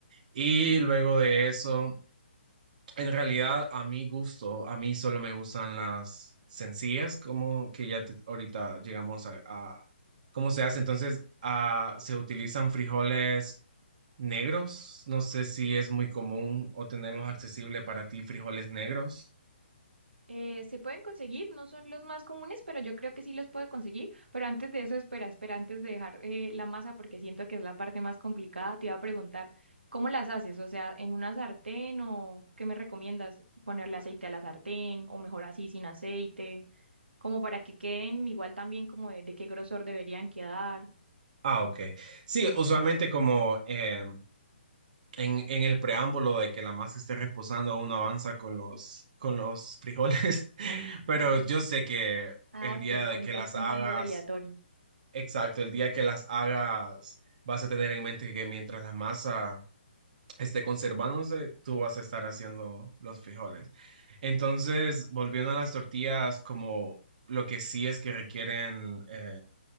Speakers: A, on the right (about 45°); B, on the right (about 70°).
A: Y luego de eso, en realidad, a mi gusto, a mí solo me gustan las sencillas, como que ya te- ahorita llegamos a, a cómo se hace. Entonces, ah, se utilizan frijoles negros. No sé si es muy común o tenerlos accesible para ti, frijoles negros.
B: Eh, se pueden conseguir, no son los más comunes, pero yo creo que sí los puedo conseguir. Pero antes de eso, espera, espera, antes de dejar eh, la masa, porque siento que es la parte más complicada, te iba a preguntar, ¿cómo las haces? O sea, ¿en una sartén o qué me recomiendas? ¿Ponerle aceite a la sartén o mejor así sin aceite? Como para que queden igual también como de, de qué grosor deberían quedar.
A: Ah, ok. Sí, usualmente como eh, en, en el preámbulo de que la masa esté reposando, uno avanza con los, con los frijoles, <laughs> pero yo sé que
B: Ah,
A: el
B: ok,
A: día de
B: me
A: que
B: estás
A: las
B: contando
A: hagas,
B: el aleatorio.
A: exacto, el día que las hagas, vas a tener en mente que mientras la masa esté conservándose, tú vas a estar haciendo los frijoles. Entonces, volviendo a las tortillas, como lo que sí es que requieren... eh,